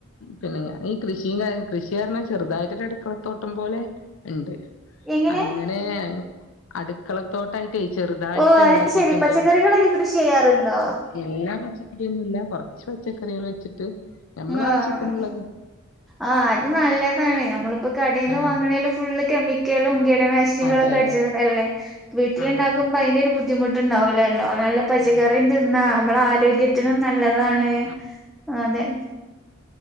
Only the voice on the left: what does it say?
പിന്നെ ഞാൻ ഈ കൃഷിയും കാര്യ കൃഷി പറഞ്ഞ ചെർതായിട്ടൊരു അടുക്കള തോട്ടം പോലെ ഇണ്ട്
അങ്ങനെ അട്ക്കള തോട്ടായിട്ടെ ചെറ്തായിട്ട്
ണ്ടാക്കിട്ട്ണ്ട്
എല്ലാ പച്ചക്കറിയൊന്നുല്ല കൊറച്ച് പച്ചക്കറികൾ വെച്ചിട്ട് ഞമ്മളാവശ്യത്തിന്ള്ളത്
ആഹ്
അതെ
ആഹ്
ഉം
<inaudible>